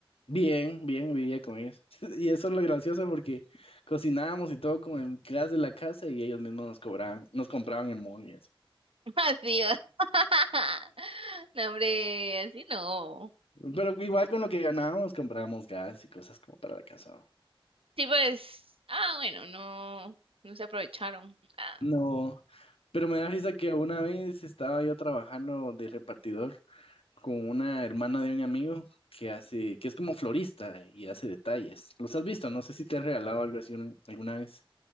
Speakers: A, on the left; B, on the right.
A: bien, bien, vivía con ellos. <laughs> Y eso es lo gracioso porque cocinábamos y todo con el gas de la casa y ellos mismos nos cobraban, nos compraban el mall y eso.
B: Así va. <laughs> No, hombre, así no.
A: Pero que igual con lo que ganábamos comprábamos gas y cosas como para la casa.
B: Sí, pues, ah, bueno, no, no se aprovecharon. Ah.
A: No, pero me da risa que una vez estaba yo trabajando de repartidor con una hermana de un amigo que hace, que es como florista y hace detalles. ¿Los has visto? No sé si te han regalado algo así un- alguna vez.